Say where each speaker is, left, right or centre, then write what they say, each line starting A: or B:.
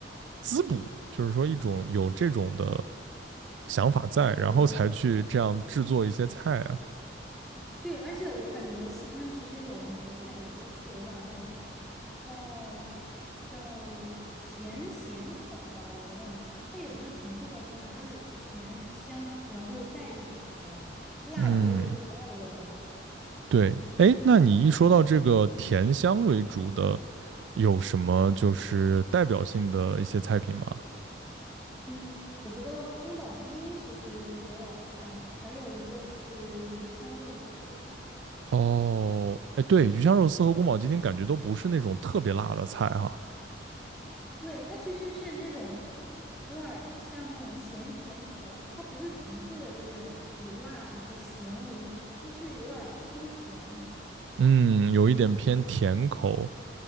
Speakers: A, on the right (about 80°); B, in the centre.
A: 滋补，就是说一种有这种的想法在，
B: 对，
A: 然后才去这样制作一些菜啊。
B: 对，而且我感觉四川其实有很多菜也都是有点儿那种叫叫甜咸口儿吧，我觉得它也不是纯粹的辣，就是甜香，然后带一点辣味，辣不是主要的味道。
A: 嗯，对，哎，那你一说到这个甜香为主的，有什么就是代表性的一些菜品吗？
B: 嗯，我觉得宫保鸡丁其实有点儿像，还有一个是鱼香肉丝，
A: 哦，哎，对，鱼香肉丝和宫保鸡丁感觉都不是那种特别辣的菜哈，
B: 对，它其实是那种有点儿像那种咸甜口的，它不是纯粹的，就是以辣和咸为主的，它是有点儿偏甜。
A: 嗯，有一点偏甜口，